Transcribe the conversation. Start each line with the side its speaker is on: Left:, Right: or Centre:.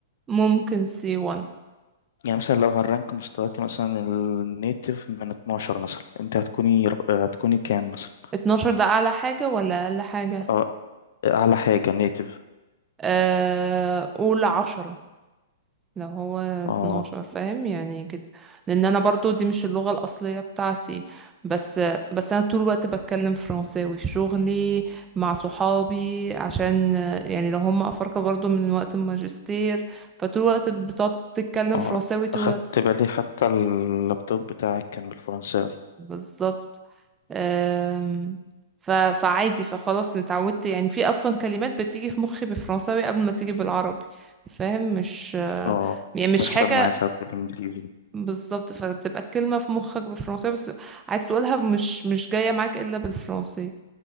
Right: ممكن سي 1
Left: يعني مثلا لو هالرانك مستواكي مثلا النيتف من 12 مثلا أنت هتكوني هتكوني كام مثلا؟
Right: 12 ده اعلى حاجة ولا اقل حاجة
Left: أه أعلى حاجة نيتف
Right: أه... قول 10 لو هو 12
Left: أه
Right: فاهم يعني كده لان انا برضو دي مش اللغة الاصلية بتاعتي بس بس انا طول الوقت بتكلم فرنساوي في شغلي مع صحابي عشان يعني لو هم افارقة برضو من وقت الماجستير فطول الوقت بتقعد تتكلم
Left: أه
Right: فرنساوي طول
Left: أخدت
Right: الوقت
Left: بالي حتى اللابتوب بتاعك كان بالفرنساوي
Right: بالظبط أم، ف... فعادي فخلاص اتعودت يعني في اصلا كلمات بتيجي في مخي بالفرنساوي قبل ما تيجي بالعربي فاهم مش
Left: أه
Right: يعني مش
Left: تحصل
Right: حاجة
Left: معايا ساعات بالإنجليزي
Right: بالظبط فبتبقى الكلمة في مخك بالفرنساوي بس عايز تقولها مش مش جاية معاك الا بالفرنسي